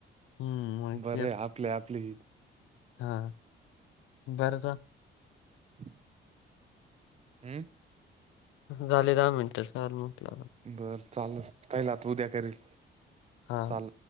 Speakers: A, on the left (about 90°); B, on the right (about 35°).
A: हम्म <unintelligible> माहितीच
B: बरे आपले आपली
A: हा बरंच.
B: <inaudible> हम
A: झाले दहा मिनटच काल म्हटला.
B: बरं चाल पहिला आ त उद्या करील
A: हा.
B: चाल.